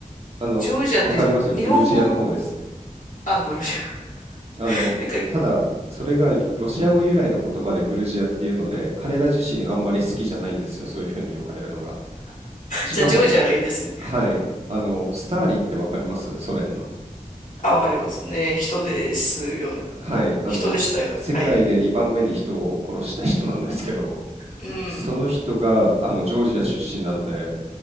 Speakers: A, on the right; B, on the left.
A: あの、
B: ジョージアって日本語
A: わかりますよ。グルジアの方です。
B: あ、グルジア。
A: あの、
B: なんか、
A: ただ、それがロシア語由来の言葉でグルジアっていうので、彼ら自身あんまり好きじゃないんですよ。そういうふうに呼ばれるのが。しかも、
B: じゃあジョージアがいいんですね。
A: はい。あの、スターリンってわかりますソ連の。
B: あ、わかりますね。人ですよね。
A: はい、あの、
B: 人でしたよね。
A: 世界で2番目に人を殺した人なんですけど、
B: はいはい。うん。
A: その人があのジョージア出身なので、